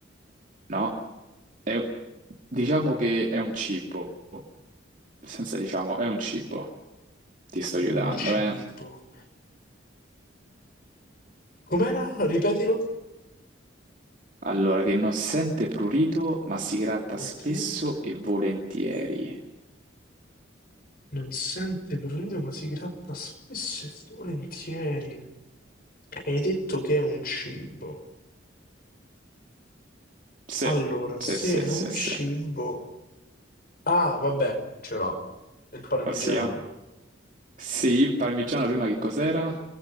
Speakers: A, on the right (about 40°); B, on the left (about 50°).
A: No? È- diciamo che è un cibo. Senza diciamo, è un cibo. Ti sto
B: è
A: aiutando,
B: un cibo.
A: eh.
B: Com'era? Ripetilo.
A: Allora, che non sente prurito, ma si gratta
B: Ok.
A: spesso e volentieri.
B: Non sente prurito, ma si gratta spesso e volentieri. Hai detto che è un cibo.
A: Sì,
B: Allora,
A: sì,
B: se
A: sì,
B: è
A: sì,
B: un
A: sì.
B: cibo... Ah, vabbè, ce l'ho. Il parmigiano.
A: Ossia? Sì, parmigiano prima che cos'era?